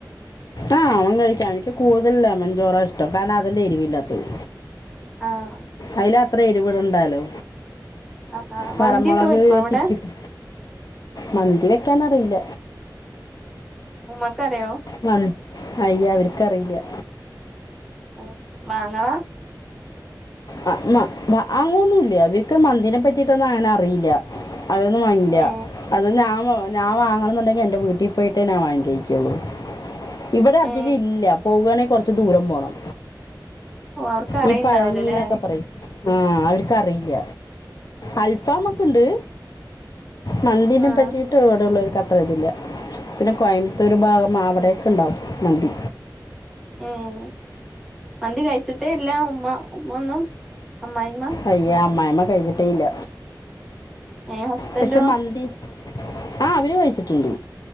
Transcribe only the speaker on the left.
ആഹ് അവൻ കഴിക്കാം അവനിക്ക് കൂടുതലേമ്മൻചോറ ഇഷ്ടം കാരണം അതില്ല എരിവില്ലാത്തത്.
അതില് അത്ര എരിവടുണ്ടാലോ
പറമുളക്
പിച്ചിട്ട് മന്തി വെക്കാനറിയില്ല,
മന്തി അയ്യ ഇവർക്ക്റിയില്ല.
ആ മ വാങ്ങൊന്നുംല്ല അവർക്ക് മന്തിനെ പറ്റിയിട്ടൊന്നും അങ്ങനെ അറിയില്ല. അവരൊന്നും വാങ്ങില്ല.
അത് ഞാ ഞാൻ വാങ്ങണം എന്നുണ്ടെങ്കി എൻറെ വീട്ടിൽ പോയിട്ട് ഞാ വാങ്ങിഴക്കുള്ളു. ഇവിടെ അധികം
ഇല്ല പോകുയാണെങ്കിൽ കൊറച്ച് ദൂരം പോണം.
ഈ പഴനീന്നൊക്കെ പറയും ആഹ് അവർക്കറിയില്ല. അൽഫാമ്മക്കുണ്ട് മന്തിനെ
പറ്റിയിട്ട് അവിടെള്ളരു ക അത്ര ഇതില്ല പിന്നെ കോയമ്പത്തൂർ ഭാഗം അവിടെയൊക്കെ ഉണ്ടാവും മന്തി.
അയ്യ അമ്മായിമ്മ കഴിഞ്ഞിട്ടെ ഇല്ല
പക്ഷെ മന്തി ആ അവര് കഴിച്ചിട്ടുണ്ട്.